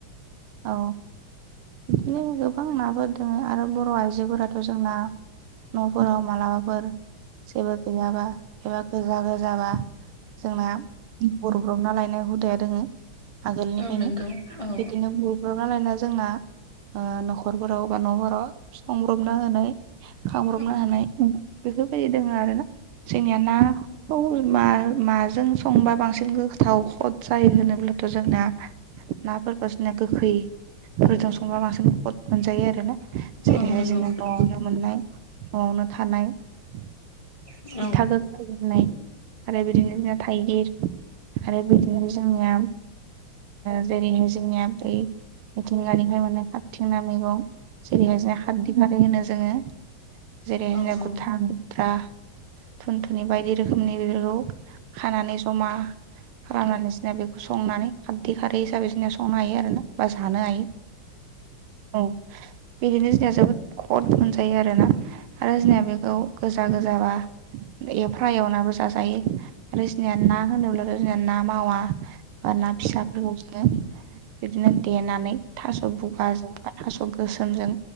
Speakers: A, on the right; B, on the left.
A: औ बिदिनो गोबां नाफोर दङ आरो बर' आइजोफोराथ' जोंना न'फोराव मालाबाफोर जेबो गैयाबा एबा गोजा गोजाबा जोंना गुरब्रबना लायनाय हुदाया दोङो आगोलनिफ्रायनो
B: औ नंगौ औ
A: बिदिनो गुरब्रबना लायना जोंना न'खरफोराव बा न'फोराव संब्रबना होनाय खांब्रबना
B: औ
A: होनाय बेफोरबायदि दङ आरो ना जोंनिया नाखौ माजों संबा बांसिन गोथाव औ खद जायो होनोब्लाथ' जोंना ना बायदिसना गोखैफोरजों संबा बांसिन कद मोनजायो आरो ना
B: औ
A: जेरैहाय
B: औ
A: जोङो न'आवनो मोननाय न'आवनो थानाय मैदा
B: नंगौ
A: गोखै होननाय आरो बिदिनो जोंनिया थाइगिर आरो बिदिनो जोंनिया जेरैहाय जोंनिया बै मिथिंगानिफ्राय मोननाय खाबथिंनाय मैगं जेरैहाय जों खारदि खारै होनो जोङो जेरैहाइ
B: औ
A: जोंनिया गुथा गुद्रा धुनथुनि बायदि रोखोमनि बेफोरखौ खानानै जमा खालामनानै जना बेखौ संनानै खारदै खारै हिसाबै जोंना संनो हायो आरो ना बा जानो हायो औ बिदिनो जोंनिया जोबोद खद मोनजायो आरोना आरो जोंनिया बेखौ खौ गोजा गोजाबा एवफ्रा एवनाबो जाजायो आरो जोंनिया ना होनोब्ला आरो जोंनिया ना मावा बा ना फिसाफोरखौ जोङो बिदिनो देनानै थास' बुगाजों बा थास' गोसोमजों